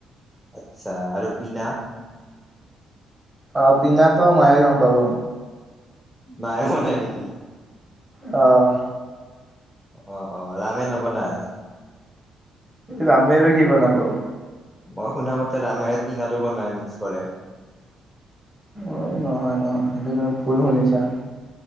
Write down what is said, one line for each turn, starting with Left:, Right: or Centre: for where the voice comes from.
Centre: আচ্ছা আৰু পিনা?
Right: অঁ' পিনাতো মায়ে গম পাব।
Centre: মায়ে বনাই নেকি?
Right: অঁ'।
Centre: অঁ' অঁ' ৰামে নবনাই?
Right: ৰামে আৰু কি বনাব।
Centre: মই শুনা মতে ৰামেহে পিনাটো বনাই মিক্স কৰে।
Right: অঁ' নহয় নহয়, সেইটো তুমি ভুল শুনিছা।